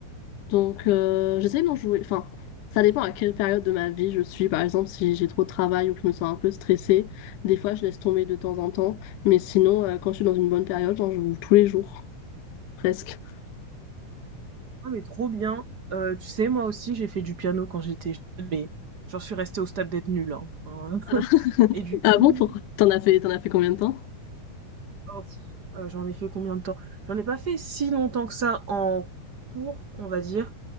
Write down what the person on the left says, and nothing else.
donc euh, j'essaie d'en jouer. Enfin, ça dépend à quelle période de ma vie je suis. Par exemple, si j'ai trop de travail ou que je me sens un peu stressée, des fois je laisse tomber de temps en temps. Mais sinon, euh, quand je suis dans une bonne période, j'en joue tous les jours, presque.
<laughs>
Ah
bon, pourquoi? T'en as fait, t'en as fait combien de temps?